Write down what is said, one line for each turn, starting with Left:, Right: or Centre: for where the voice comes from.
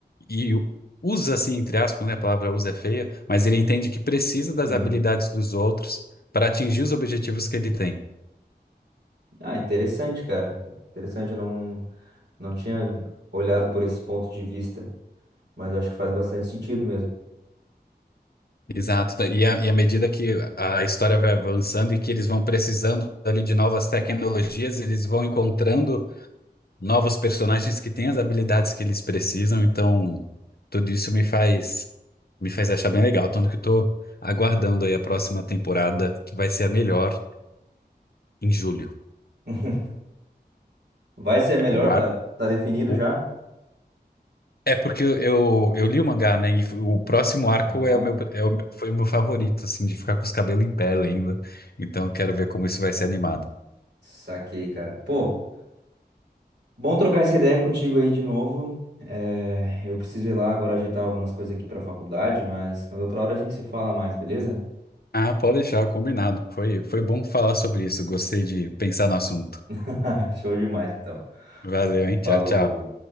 Left: e usa, assim, entre aspas, né? A palavra usa é feia, mas ele entende que precisa das
Right: Uhum.
Left: habilidades dos outros para atingir os objetivos que ele tem.
Right: Ah, interessante, cara. Interessante, eu não, não tinha vi- olhado por esse ponto de vista, mas eu acho que faz bastante sentido mesmo.
Left: Exato. tá, E, a- e à medida que a história vai avançando e que eles vão precisando ali de novas tecnologias, eles vão encontrando novos personagens que têm as habilidades que eles precisam. Então, tudo isso me faz me faz achar bem legal. Tanto que estou aguardando aí a próxima temporada, que vai ser a melhor em julho.
Right: <laughs> Vai ser melhor,
Left: É, o ar.
Right: tá, tá definido
Left: o
Right: já?
Left: É porque eu, eu, eu li o mangá, né? E f- o próximo arco
Right: Ah,
Left: é o meu, é o, meu- foi o meu favorito, assim, de ficar com os cabelos em pé ainda. Então eu quero ver como isso vai ser animado.
Right: saquei, cara. Pô. Bom trocar essa ideia contigo aí de novo. Eh, eu preciso ir lá agora ajeitar algumas coisas aqui pra faculdade, mas, mas outra hora a gente se fala mais, beleza?
Left: Ah, pode deixar, combinado. Foi, foi bom falar sobre isso. Gostei de pensar no assunto.
Right: <laughs> Show demais, então.
Left: Valeu, hein?
Right: Falou.
Left: Tchau, tchau.